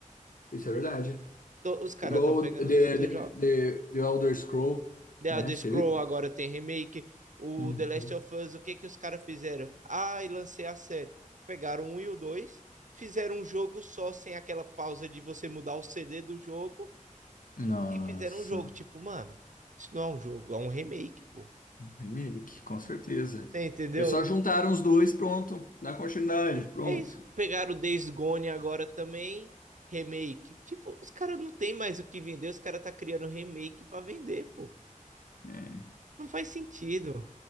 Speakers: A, on the left; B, on the right.
A: Isso é verdade.
B: E to- os caras
A: Igual
B: estão pegando
A: o The,
B: todos
A: The,
B: os jogos.
A: The, The Elder Scroll,
B: The
A: né?
B: Elder
A: Você
B: Scroll
A: viu?
B: agora tem remake. O
A: Uhum.
B: The Last of Us, o que que os caras fizeram? Ah, e lancei a série. Pegaram um e o dois, fizeram um jogo só, sem aquela pausa de você mudar o CD do jogo,
A: Nossa.
B: e fizeram um jogo. Tipo, mano, isso não é um jogo, é um remake, pô.
A: Remake, com certeza.
B: Você entendeu?
A: Eles só juntaram os dois, pronto. Dá continuidade, pronto.
B: É isso. Pegaram o Days Gone agora também, remake. Tipo, os caras não tem mais o que vender, os caras tá criando remake pra vender, pô.
A: É.
B: Não faz sentido.